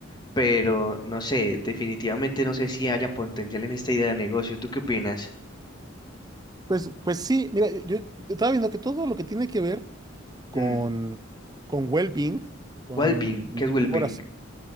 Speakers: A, on the left (about 20°); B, on the right (about 20°).
A: Pero no sé, definitivamente no sé si haya potencial en esta idea de negocio. ¿Tú qué opinas?
B: Pues, pues sí, mira, yo estaba viendo que todo lo que tiene que ver con,
A: Mm,
B: con well-being, con
A: Wellbeing, ¿qué es Wellbeing?
B: mejoras